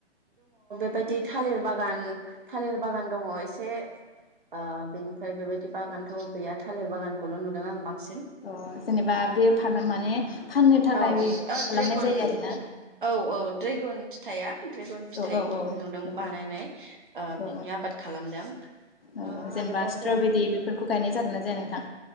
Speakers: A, on the right; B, on the left.
A: बायदि थालिर बागान थालिर बागान दङ एसे ओ बेनिफ्राय बेबायदि बागानथ' गैया थालिर बागानखौल' नुदों आं बांसिन।
B: अ जेनेबा बे फान माने फाननो थाखाय
A: औ औ
B: खालामनाय
A: ड्रेगन
B: जायो आरोना
A: औ औ ड्रेगन फिथाया ड्रेगन फिथाइखौ
B: औ औ औ
A: नुदों
B: औ
A: बानायनाय ओ
B: औ
A: बिनि आबाद खालामदों
B: औ
A: आरोबावथ'
B: जेनेबा स्ट्रबेरि बेफोरखौ गायनाय जागोन ना जाया नोंथां?